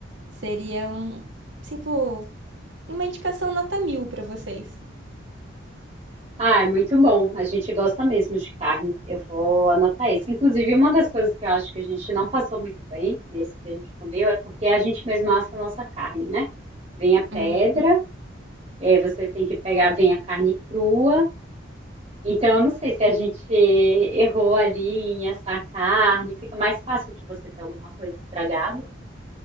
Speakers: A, on the right (about 65°); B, on the right (about 30°).
A: seria um, tipo, uma indicação nota mil pra vocês.
B: ah, é muito bom. A gente gosta mesmo de carne. Eu vou anotar isso. Inclusive, uma das coisas que eu acho que a gente não passou muito bem nesse que a gente comeu é porque a gente mesmo assa a nossa carne, né? Vem a pedra,
A: Hum.
B: e aí você tem que pegar, vem a carne crua. Então, eu não sei se a gente errou ali em assar a carne, fica mais fácil de você ter alguma coisa estragada.